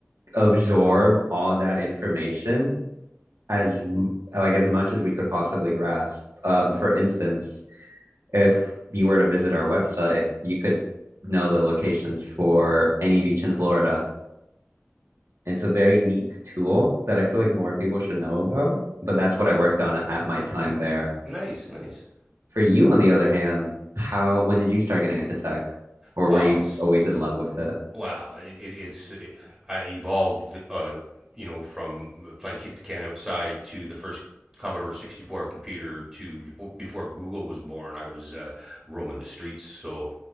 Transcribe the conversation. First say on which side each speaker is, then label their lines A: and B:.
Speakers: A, on the right; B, on the right.
A: absorb all that information as like as much as we could possibly grasp. Um, for instance, if you were to visit our website, you could know the locations for any beach in Florida. It's a very neat tool that I feel like more people should know about, but that's what I worked on at my time there.
B: Nice, nice.
A: For you, on the other hand, how when did you start getting into tech, or
B: Well,
A: were you just always in love with it?
B: Well, it, it's it, I evolved, uh, you know, from playing kick the can outside to the first Commodore 64 computer to before Google was born. I was uh, roaming the streets, so